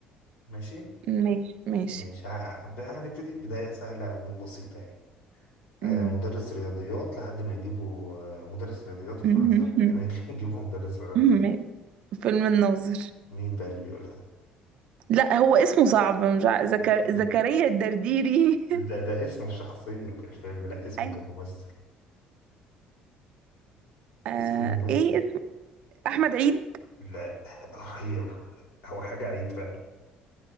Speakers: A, on the left; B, on the right.
A: ماشي
B: ماشي ماشي
A: ماشي ه- هبدأ- هنبتدي بدايه سهله وبسيطه يعني آه،
B: مم.
A: مدرس رياضيات لحد ما يجيبوا آه، مدرس رياضيات وفرنساوي
B: <laughs>
A: لحد ما يجي- <laughs> يجيبوا مدرس فرنساوي
B: ماشي. فيلم الناظر
A: مين بقى اللي بيقولها
B: لا هو اسمه صعب مش عارف زك...
A: آه،
B: زكريا الدرديري
A: ده ده اسمه الشخصية في الفيلم لا اسمه
B: <laughs> أي...
A: كممثل
B: آه...
A: اسم الممثل
B: ايه اسم- أحمد عيد
A: لا <laughs> قريب هو حاجة عيد فعلا